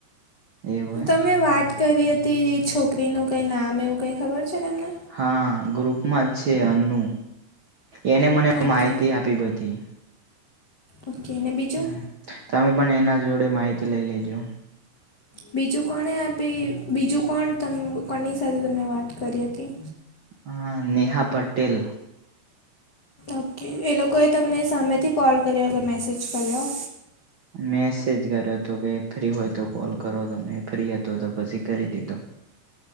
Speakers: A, on the right; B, on the left.
A: એવું એમ
B: તમે વાત કરી હતી છોકરીનું કંઈ નામ એવું કાઈ ખબર છે તમને
A: હા ગ્રુપમાં જ છે અન્નુ એને મને
B: ઓકે.
A: માહિતી આપી બધી
B: ઓકે અને બીજું
A: હમ તમે પણ એના જોડે માહિતી લઈ લેજો
B: બીજું કોને આપી બીજું કોણ કોની સાથે તમે વાત કરી હતી
A: હા નેહા પટેલ
B: ઓકે એ લોકોએ તમને સામેથી કોલ કર્યો કે મેસેજ કર્યો
A: મેસેજ કર્યો હતો કે ફ્રી હોય તો કોલ કરો તમે તો ફ્રી હતો તો પછી કરી દીધો